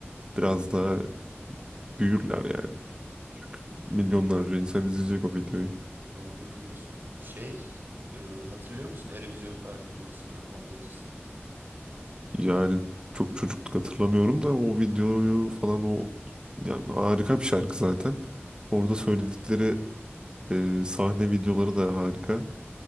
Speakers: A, on the right (about 20°); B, on the right (about 50°).
A: biraz daha büyürler yani. Milyonlarca insan izleyecek o videoyu.
B: Doğru diyorsun. Şey e, hatırlıyor musun Eurovision performansını Mor ve Ötesi'nin?
A: Yani çok çocukluk hatırlamıyorum da o videoyu falan o yani harika bir şarkı zaten. Orada söyledikleri
B: Evet.
A: e, sahne videoları da harika.